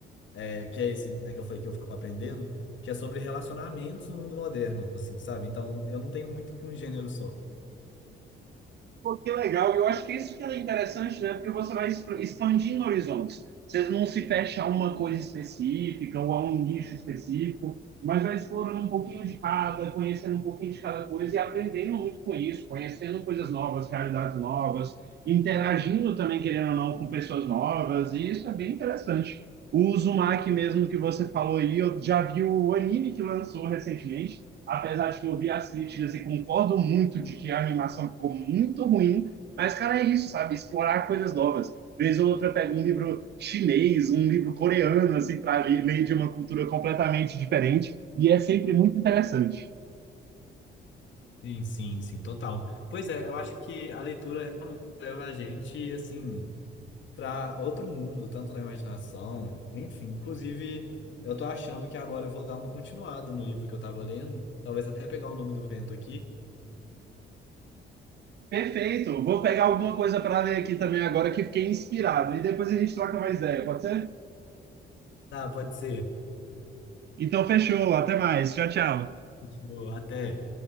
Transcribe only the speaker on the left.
é, que é esse, né, que eu falei que eu fico aprendendo, que é sobre relacionamentos no mundo moderno, assim, sabe? Então, eu não tenho muito que um gênero só.
Sim, sim, sim, total. Pois é, eu acho que a leitura realmente leva a gente, assim... para outro mundo, tanto na imaginação, enfim. Inclusive, eu tô achando que agora eu vou dar uma continuada no livro que eu tava lendo, talvez até pegar o nome do vento aqui.
Tá, pode ser.
Continua, Até.